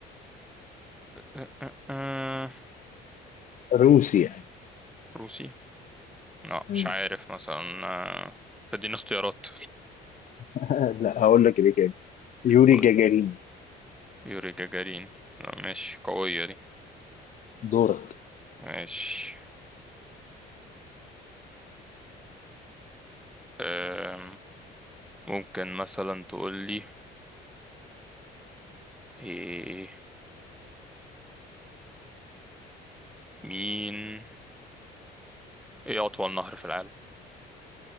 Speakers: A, in the centre; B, on the left (about 50°).
A: آه، آه، آه،
B: روسي يعني
A: روسي لا
B: مم.
A: مش عارف مثلا آه، اديني اختيارات
B: <laughs> لا هقول لك الإجابة يوري
A: قول
B: جاجارين
A: يوري جاجارين لا ماشي قوية دي
B: دورك
A: ماشي آم، ممكن مثلا تقول لي إيه مين ايه أطول نهر في العالم